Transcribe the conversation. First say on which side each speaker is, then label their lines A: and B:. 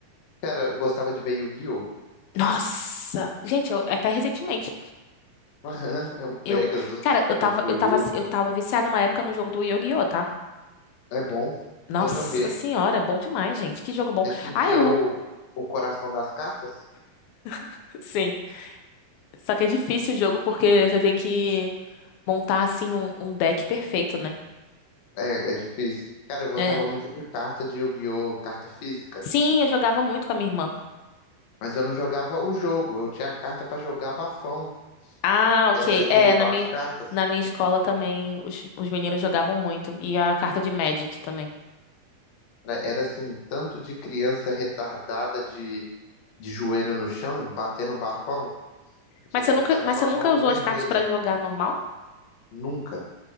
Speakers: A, on the left; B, on the left.
A: Cara, eu gostava de ver Yu-Gi-Oh!
B: Nossa! Gente, eu- até recentemente.
A: <laughs> É o Pegasus
B: Eu, cara, eu tava,
A: contra
B: eu
A: o Yu.
B: tava, eu tava viciada uma época no jogo do Yu-Gi-Oh, tá?
A: É bom.
B: Nossa
A: Já joguei.
B: senhora, bom demais, gente. Que jogo bom.
A: Você sentia
B: Ah, eu...
A: o, o coração das cartas?
B: <laughs> Sim. Só que é difícil o jogo porque você tem que montar, assim, um, um deck perfeito, né?
A: É, é difícil. Cara, eu gostava
B: É.
A: muito de carta de Yu-Gi-Oh! Carta física.
B: Sim, eu jogava muito com a minha irmã.
A: Mas eu não jogava o jogo. Eu tinha a carta pra jogar bafão,
B: Ah, ok.
A: que era derrubar
B: É, na minha,
A: as cartas.
B: na minha escola também os, os meninos jogavam muito. E a carta de Magic também.
A: Era, era assim, um tanto de criança retardada de, de joelho no chão, batendo bafão. Chegava
B: Mas você nunca,
A: em casa
B: mas
A: com
B: você
A: a
B: nunca
A: mão
B: usou
A: vermelha.
B: as cartas pra jogar normal?
A: Nunca.